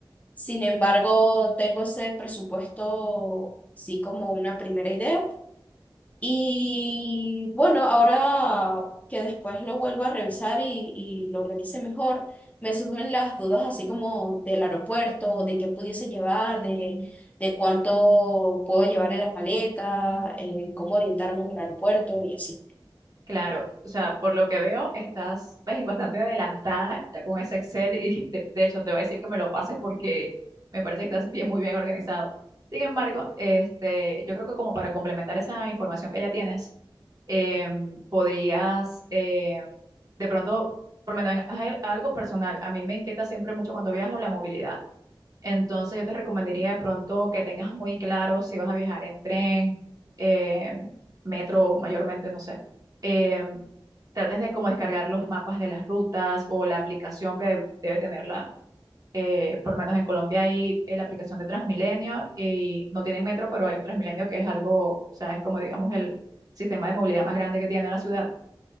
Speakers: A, on the left; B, on the right.
A: Sin embargo, tengo ese presupuesto así como una primera idea. Y bueno, ahora que después lo vuelvo a revisar y, y lo revise mejor, me surgen las dudas así como del aeropuerto, de qué pudiese llevar, de, de cuánto puedo llevar en la maleta, eh, cómo orientarme en el aeropuerto y así.
B: Claro, o sea, por lo que veo, estás pues, bastante adelantada ya con ese Excel y <laughs> de, de hecho te voy a decir que me lo pases porque me parece que estás bien, muy bien organizado. Sin embargo, este, yo creo que como para complementar esa información que ya tienes, em, podrías eh, de pronto, por lo menos en- a- algo personal, a mí me inquieta siempre mucho cuando viajo la movilidad. Entonces yo te recomendaría de pronto que tengas muy claro si vas a viajar en tren, eh, metro, mayormente, no sé. Eh, trates de como descargar los mapas de las rutas o la aplicación que deb- debe tenerla. eh, por lo menos en Colombia hay eh, la aplicación de Transmilenio y no tienen metro, pero hay un Transmilenio que es algo, o sea, es como digamos el sistema de movilidad más grande que tiene la ciudad